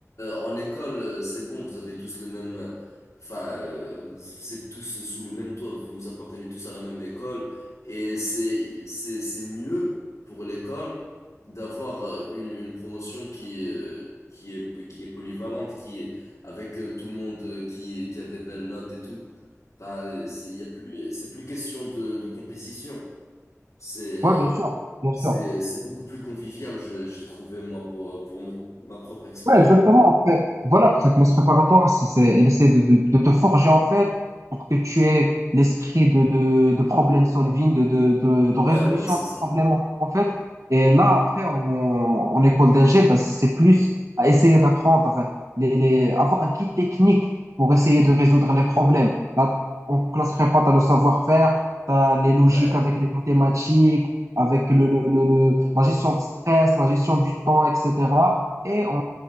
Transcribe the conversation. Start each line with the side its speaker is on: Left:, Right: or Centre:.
Left: en école, euh, c'est bon, vous avez tous le même, enfin, euh, vous êtes tous sous le même toit, vous appartenez tous à la même école, et c'est, c'est, c'est mieux pour l'école d'avoir euh, une, une promotion qui, euh, qui est, qui est polyvalente, qui, avec euh, tout le monde euh, qui, qui a des belles notes et tout. Enfin, c'est, il y a plus, c'est plus question de, de compétition. C'est euh,
Right: Ouais, bien sûr, bien
Left: c'est
Right: sûr.
Left: c'est beaucoup plus convivial, je- j'ai trouvé moi pour pour mon- ma propre expérience.
Right: Ouais, exactement. Après, voilà, pour faire que classe préparatoire, c'est, c'est, il essaie de, de, de te forger, en fait, pour que tu aies l'esprit de, de, de problème solving, de, de, de, de
Left: Ouais,
Right: résolution
Left: ouais, c'est
Right: de
Left: ça.
Right: problèmes, en en fait. Et là, après, en, en école d'ingé, bah, c'est plus à essayer d'apprendre, les, les, avoir un kit technique pour essayer de résoudre les problèmes. Là, en classe prépa, t'as le savoir-faire, t'as les logiques
Left: Ouais.
Right: avec les mathématiques, avec le, le, le, le- la gestion de stress, la gestion du temps, etc. Et en,